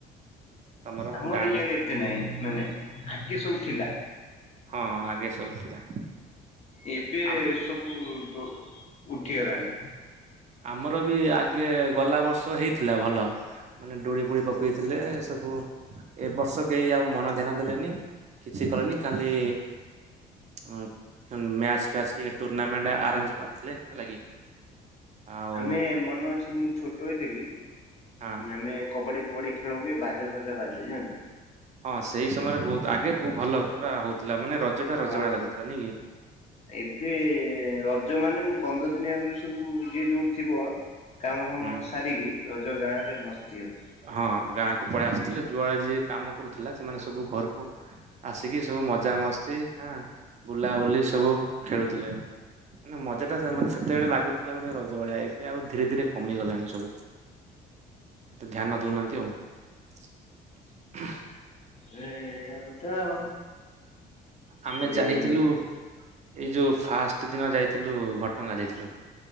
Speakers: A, on the right; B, on the left.
A: ତମର
B: ଆମର
A: ଗାଁ ଆଡେ?
B: ଇଆଡ଼େ ଏତେ ନାଇଁ, ନାଁ ନାଇ ଆଗେ ସବୁ ଥିଲା।
A: ହଁ, ଆଗେ ସବୁ ଥିଲା।
B: ଏବେ
A: ଆମ
B: ସବୁ ଦୋ ଉଠିଗଲାଣି।
A: ଆମର ବି ଆଗେ ଗଲା ବର୍ଷ ହେଇଥିଲା ଭଲ। ମାନେ ଡୋଳି ଫୋଳି ପକେଇଥିଲେ ସବୁ ଏ ବର୍ଷ କେହି ଆଉ ମନ ଧ୍ୟାନ ଦେଲେନି, କିଛି କଲେନି ଖାଲି ହୁଁ, ମ୍ୟାଚ୍ ଫ୍ୟାଚ୍ ଟିକେ ଟୁର୍ଣ୍ଣାମେଣ୍ଟ ଆରେଞ୍ଜ କରିଥିଲେ, ହେଲା କି। ଆଉ
B: ଆମେ ମନ ଅଛି, ମୁଁ ଛୋଟ ହୋଇ ଥିଲି।
A: ହଁ
B: ଆମେ କବାଡ଼ିିି ଫୋବାଡ଼ିି ଖେଳ ହୁଏ, ବାଜା ଫାଜା ବାଜେ, ଜାଣିଲୁ।
A: ହଁ, ସେଇ ସମୟରେ ବହୁତ୍ ଆଗେ ବୋ ଭଲ ପୁରା ହଉଥିଲା, ମାନେ ରଜଟା ରଜ
B: ହଁ
A: ଭଳିଆ
B: ହଁ।
A: ଲାଗୁଥିଲା। ନାଇଁ କି?
B: ଏବେ, ରଜ ମାନେ ପନ୍ଦର ଦିନି ଆଗୁରୁ ସବୁ ଯିଏ ଯୋଉଠି ଥିବ କାମ ଫାମ
A: ହୁଁ
B: ସାରିକି, ରଜ ଗାଁରେ ମସ୍ତି ହବ।
A: ହଁ, ଗାଁ କୁ ପଳେଇ ଆସୁଥିଲେ, ଯୁଆଡ଼େ ଯିଏ କାମ କରୁଥିଲା, ସେମାନେ ସବୁ ଘରକୁ ଆସିକି ସବୁ ମଜା ମସ୍ତି, ହଁ ବୁଲା ବୁଲି ସବୁ ଖେଳୁଥିଲେ। ମାନେ, ମଜାଟା ମାନେ ସେତେବେଳେ ଲାଗୁଥିଲା ଗୋଟେ ରଜ ଭଳିଆ, ଏବେ ଆଉ ଧୀରେ ଧୀରେ କମି ଗଲାଣି ସବୁ। ଏତେ ଧ୍ୟାନ ଦଉ ନାହାଁନ୍ତି ଆଉ।
B: ହେ, ଏଇରମ କଥା ଆଉ।
A: ଆମେ
B: ଦେଇ
A: ଯାଇଥିଲୁ ଏଇ ଯୋଉ ଫାଷ୍ଟ୍ ଦିନ ଯାଇଥିଲୁ, ଘଟ ଗାଁ ଯାଇଥିଲୁ।